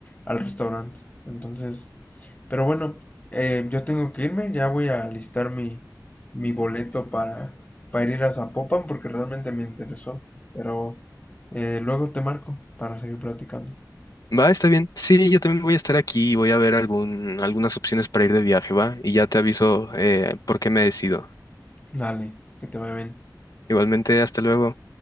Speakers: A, on the left (about 20°); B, on the left (about 60°).
A: al restaurante. Entonces, pero bueno, eh, yo tengo que irme, ya voy a listar mi, mi boleto para, para ir a Zapopan porque realmente me interesó. Pero eh, luego te marco para seguir platicando.
B: Va, está bien. Sí, yo también voy a estar aquí y voy a ver algún, algunas opciones para ir de viaje, ¿va? Y ya te aviso eh, por qué me decido.
A: Dale, que te vaya bien.
B: Igualmente, hasta luego.